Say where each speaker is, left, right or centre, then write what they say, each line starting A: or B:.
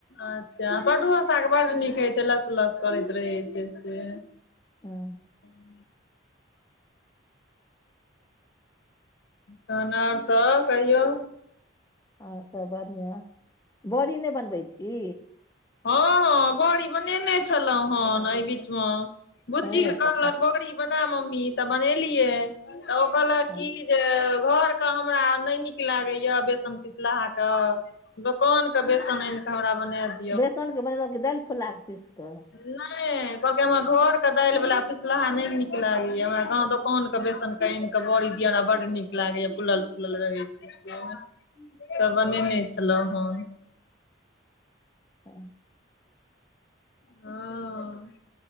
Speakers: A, on the left; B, on the left.
A: अच्छा पटुआ साग बड नीक होइ छै लस लस करैत रहै छै से
B: हँ
A: <inaudible> तहन और सब कहियौ
B: और सब बढ़िया बड़ी नई बनबै छी
A: हँ हँ बड़ी बनेने छलहुँं हेन एहि बीच मं बुची
B: बनेने
A: कहलाक
B: छलहुँ
A: बड़ी बना मम्मी तऽ बनेलियै तऽ ओ कहलक
B: हँ
A: की जे घर के हमरा नई नीक लागैया बेसन पिसलाहा कऽ दोकान के बेसन आनि कऽ हमरा बना दे
B: बेसनके बनेलहुँ कि दालि फुलआकऽ पीस कऽ
A: नई कहलकै हमरा घर के दालि वाला पिसलाहा नई नीक लागैया हमरा दोकान के बेसन आईन कऽ बड़ी दिया बड नीक लागैया फूलल फुलल रहै छै से त बनेने छलहुँ हँ
B: <inaudible>
A: हँ